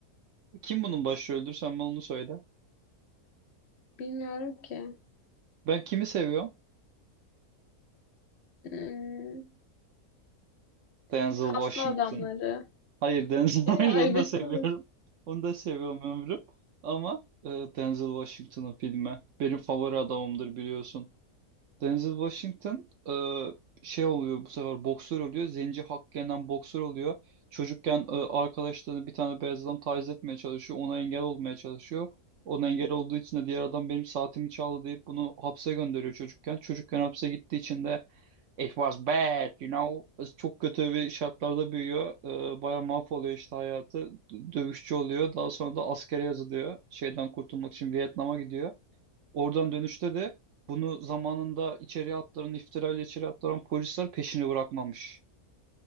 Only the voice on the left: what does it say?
Bilmiyorum ki.
Hmm,
Kaslı
adamları.
<laughs> Ay
be
kız.